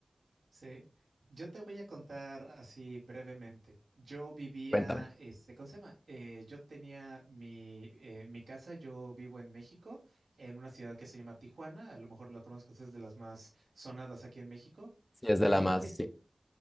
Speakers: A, on the right; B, on the left.
A: Sí, yo te voy a contar así brevemente. Yo vivía,
B: Cuéntame.
A: este, ¿cómo se llama? Eh, yo tenía mi, eh, mi casa, yo vivo en México, en una ciudad que se llama Tijuana, a lo mejor lo conozcas, es de las más sonadas aquí en México.
B: Si es de
A: Tenía
B: la más,
A: un vecino
B: sí.